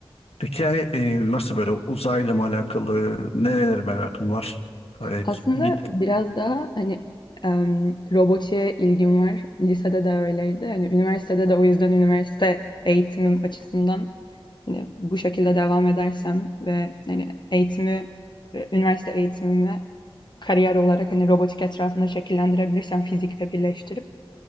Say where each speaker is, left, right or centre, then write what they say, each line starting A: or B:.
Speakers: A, on the left (about 80°); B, on the left (about 50°).
A: Peki yani, e, nasıl böyle uzayla mı alakalı, nerelere merakın var? Evet,
B: Aslında
A: git.
B: biraz daha hani em, robotiğe ilgim var. Lisede de öyleydi. Hani üniversitede de o yüzden üniversite eğitimim açısından Hani bu şekilde devam edersem ve hani eğitimi, e, üniversite eğitimimi kariyer olarak hani robotik etrafında şekillendirebilirsem fizikle birleştirip